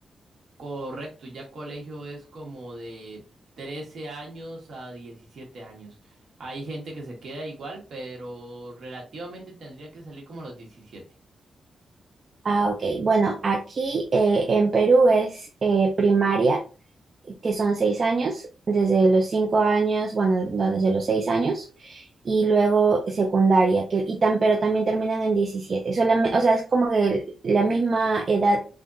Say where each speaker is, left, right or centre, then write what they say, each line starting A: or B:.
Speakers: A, on the right; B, on the right.
A: Correcto, ya colegio es como de 13 años a 17 años. Hay gente que se queda igual, pero relativamente tendría que salir como a los 17.
B: Ah, ok, bueno, aquí eh, en Perú es eh, primaria que son seis años, desde los cinco años, bueno, no, desde los seis años, y luego secundaria, que, y tan, pero también terminan en diecisiete Solame- o sea, es como que la misma edad